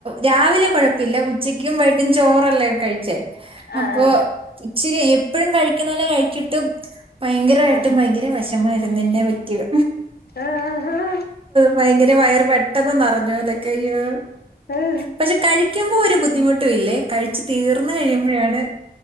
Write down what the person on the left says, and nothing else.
ആ
ആ
ആഹാ
ആഹാ
ആഹാ